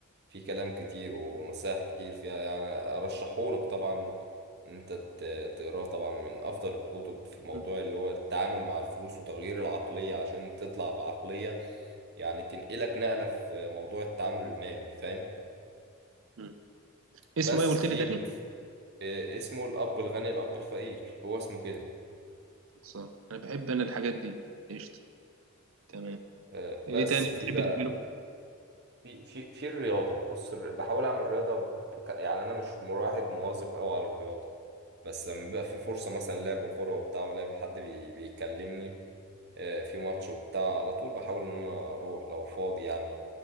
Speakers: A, on the right; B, on the right.
A: في كلام كتير ونصايح كتير فيها يعني أرشحهولك طبعا إن أنت ت- تقراه طبعا من أفضل الكتب في موضوع
B: مم.
A: اللي هو التعامل مع الفلوس وتغيير العقلية عشان تطلع بعقلية يعني تنقلك نقلة في موضوع التعامل المالي فاهم
B: مم. اسمه
A: بس
B: ايه قلت
A: في
B: لي تاني
A: آه، اسمه الأب الغني الأب الفقير هو اسمه كده
B: خلصان انا بحب انا الحاجات دي قشطه تمام
A: آه،
B: ايه
A: بس
B: تاني
A: في
B: بتحب
A: بقى
B: تعمله
A: في في في الرياضة بص الر- بحاول أعمل رياضة بك... يعني أنا مش مواحد مواظب أوي على الرياضة بس لما بيبقى في فرصة مثلا لعب كورة وبتاع ولا في حد بي... بيكلمني آه، في ماتش وبتاع على طول بحاول إن أنا أروح لو فاضي يعني